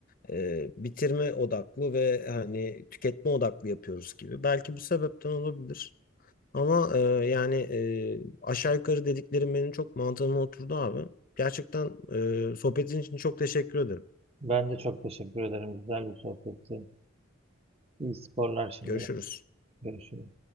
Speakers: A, on the left; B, on the right.
A: e, bitirme odaklı ve hani tüketme odaklı yapıyoruz gibi. Belki bu sebepten olabilir. Ama e, yani e, aşağı yukarı dediklerim benim çok mantığıma oturdu abi. Gerçekten e, sohbetin için çok teşekkür ederim.
B: Ben de çok teşekkür ederim. Güzel bir sohbetti. İyi sporlar şimdi.
A: Görüşürüz.
B: Görüşürüz.